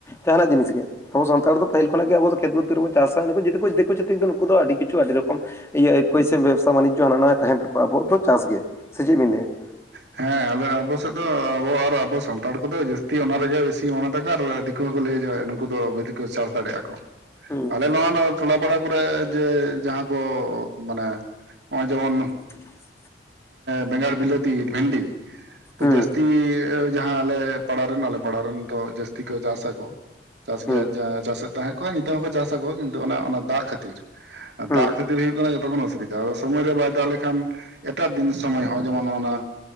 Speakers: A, on the left; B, on the right.
A: ᱡᱟᱦᱟᱱᱟᱜ ᱡᱤᱱᱤᱥ ᱜᱮ ᱟᱵᱚ ᱥᱟᱱᱛᱟᱲ ᱫᱚ ᱯᱟᱹᱤᱞ ᱠᱷᱱᱟᱜ ᱜᱮ ᱟᱵᱚ ᱫᱚ ᱠᱷᱮᱛ ᱵᱟᱹᱫ ᱨᱮᱵᱚᱱ ᱪᱟᱥᱟ ᱫᱤᱠᱩ ᱪᱷᱟᱛᱤᱠ ᱫᱚ ᱱᱩᱠᱩ ᱫᱚ ᱟᱹᱰᱤ ᱠᱤᱪᱷ ᱟᱹᱰᱤ ᱨᱚᱠᱚᱢ ᱤᱭᱟᱹ ᱮᱠᱳᱭᱥᱤ ᱵᱮᱵᱽᱥᱟ ᱵᱟᱱᱤᱡᱚ ᱦᱟᱱᱟ ᱱᱟᱣᱟ ᱛᱟᱦᱮᱱ ᱛᱟᱠᱚᱣᱟ ᱟᱵᱚᱣᱟᱜ ᱫᱚ ᱪᱟᱥ ᱜᱮ ᱥᱮ ᱪᱮᱫ ᱵᱤᱱ ᱞᱟᱹᱭ -ᱟ ᱾
B: ᱦᱮᱸ ᱟᱞᱮ ᱟᱵᱚ ᱥᱮᱫ ᱫᱚ ᱟᱵᱚ ᱟᱨ ᱟᱵᱚ ᱥᱟᱱᱛᱟᱲ ᱠᱚ ᱫᱚ ᱡᱟᱹᱥᱛᱤ ᱚᱱᱟ ᱨᱮᱜᱮ ᱵᱮᱥᱤ ᱢᱚᱱᱮ ᱛᱟᱠᱚ ᱟᱨ ᱫᱤᱠᱩ ᱦᱚᱸ ᱠᱚ ᱞᱟᱹᱭ ᱡᱮ ᱱᱩᱠᱩ ᱫᱚ ᱵᱷᱮᱥᱤ ᱠᱚ ᱪᱟᱥ ᱫᱟᱲᱮᱭᱟᱜᱼᱟ ᱠᱚ
A: ᱦᱩᱸ
B: ᱟᱞᱮ ᱱᱚᱣᱟ ᱴᱚᱞᱟ ᱯᱟᱲᱟ ᱠᱚᱨᱮ ᱡᱮ ᱡᱟᱦᱟᱸ ᱠᱚ ᱢᱟᱱᱮ ᱱᱚᱜᱼᱚᱭ ᱡᱮᱢᱚᱱ
A: ᱦᱩ <unintelligible>
B: ᱵᱮᱜᱟᱲ ᱵᱤᱞᱟᱹᱛᱤ ᱵᱷᱮᱱᱰᱤ ᱛ
A: ᱦᱩᱸ
B: ᱡᱟᱹᱥᱛᱤ ᱡᱟᱦᱟᱸ ᱟᱞᱮ ᱯᱟᱲᱟᱮᱱ ᱟᱞᱮ ᱯᱟᱲᱟ ᱨᱮᱱ ᱫᱚ ᱡᱟᱹᱥᱛᱤ ᱠᱚ ᱪᱟᱥ ᱟᱠᱚ ᱪᱟᱥ ᱜᱮᱭᱟ
A: ᱦᱩᱸ
B: ᱪᱟᱥᱮᱫ ᱛᱟᱦᱮᱸᱫ ᱱᱤᱛᱚᱜ ᱦᱚᱸᱠᱚ ᱪᱟᱥ ᱟᱠᱚ ᱠᱤᱱᱛᱩ ᱚᱱᱟ ᱫᱟᱜ ᱠᱷᱟᱹᱛᱤᱨ ᱫᱟᱜ
A: ᱦᱩᱸ
B: ᱠᱷᱟᱹᱛᱤᱨ ᱦᱩᱭᱩᱜ ᱠᱟᱱᱟ ᱡᱚᱛᱚ ᱠᱷᱚᱱ ᱚᱥᱩᱵᱤᱫᱷᱟ ᱥᱚᱢᱚᱭ ᱨᱮ ᱵᱟᱭ ᱫᱟᱣ ᱞᱮᱠᱷᱟᱱ ᱮᱴᱟᱜ ᱫᱤᱱ ᱥᱚᱢᱚᱭ ᱦᱚᱸ ᱡᱮᱢᱚᱱ ᱚᱱᱟ